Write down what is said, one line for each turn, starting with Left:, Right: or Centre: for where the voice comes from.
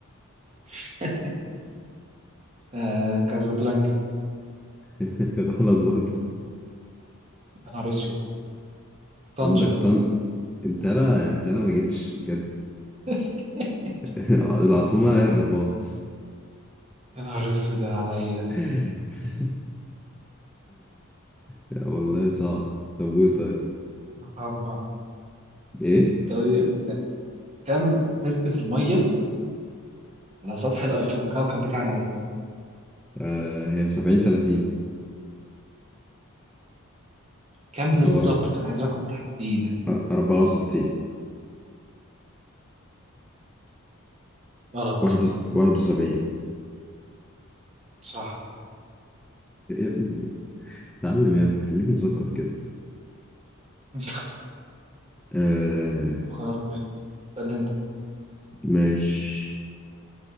Right: <laughs> آه كازابلانكا
Centre: <laughs> غلط برضه
Right: يا نهار اسود طنجة
Centre: عندك طن انت لا انت لا ما جيتش بجد
Right: <laughs>
Centre: <laughs> العاصمة هي الرباط
Right: يا نهار اسود عليا
Centre: <laughs> لا والله صعب طب قول طيب
Right: متعب
Centre: ايه
Right: طيب كم نسبة المية على سطح الأ- في الكوكب بتاعنا ده
Centre: آه هي سبعين تلاتين
Right: كم بالظبط
Centre: او أرب-
Right: انا عايز رقم تحديدا
Centre: أر- أربعة وستين
Right: غلط
Centre: واحد وس- واحد وسبعين
Right: صح
Centre: يا ابني اتعلم يا ابني خليك مثقف كده
Right: <laughs>
Centre: آه
Right: طب خلاص مش- اسأل انت
Centre: ماشي